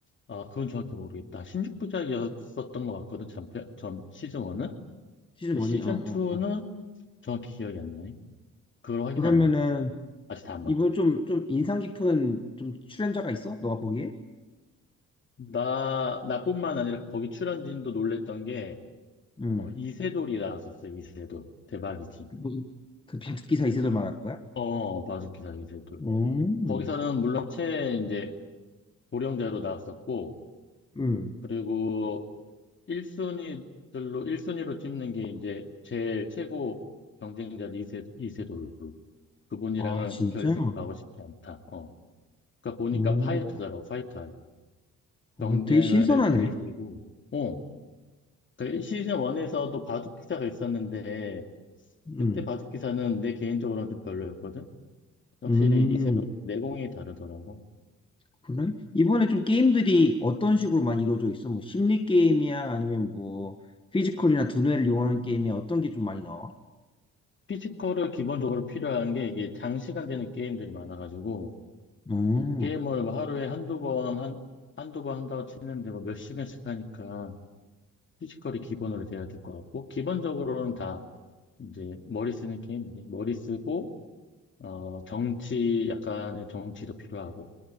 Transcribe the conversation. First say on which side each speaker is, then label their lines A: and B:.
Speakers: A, on the left; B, on the left.
A: 아, 그건 정확히 모르겠다. 16부작이었었던 것 같거든, 전, 편- 전 시즌 1은?
B: 시즌 원이
A: 시즌
B: 어, 어,
A: 2는
B: 어.
A: 정확히 기억이 안 나네. 그걸 확인
B: 그러면은,
A: 안 해봤어. 아직 다 안 봤거든.
B: 이번 좀, 좀 인상 깊은 좀 출연자가 있어? 너가 보기에?
A: 나, 나뿐만 아니라 거기 출연진도 놀랬던 게,
B: 음.
A: 어, 이세돌이 나왔었어, 이세돌. 대박이지.
B: 무슨 그 바둑 기사 이세돌 말하는 거야?
A: 어, 바둑기사 이세돌.
B: 음,
A: 거기서는 물론 최, 이제, 고령자로 나왔었고,
B: 음.
A: 그리고 1순위들로, 일순위로 찝는 게 이제 제일 최고 경쟁자 이세, 이세돌로. 그분이랑은
B: 아, 진짜?
A: 결승을 가고 싶지 않다. 어. 그러니까 보니까
B: 음,
A: 파이터더라고, 파이터.
B: 아,
A: 경쟁을
B: 되게 신선하네.
A: 즐기고, 어, 그 시즌 1에서도 바둑 기사가 있었는데,
B: 음,
A: 그때 바둑 기사는 내 개인적으로는 좀 별로였거든? 확실히
B: 음,
A: 이세돌 내공이 다르더라고.
B: 그래? 이번에 좀 게임들이 어떤 식으로 많이 이루어져 있어? 뭐, 심리 게임이야? 아니면 뭐, 피지컬이나 두뇌를 이용하는 게임이야? 어떤 게 좀 많이 나와?
A: 피지컬을 기본적으로 필요한 게 이게 장시간 되는 게임들이 많아가지고,
B: 음,
A: 게임을 뭐 하루에 한두 번, 한, 한두 번 한다고 치는데 뭐 몇 시간씩 하니까 피지컬이 기본으로 돼야 될 것 같고, 기본적으로는 다 이제 머리 쓰는 게임이지. 머리 쓰고, 어, 정치, 약간의 정치도 필요하고,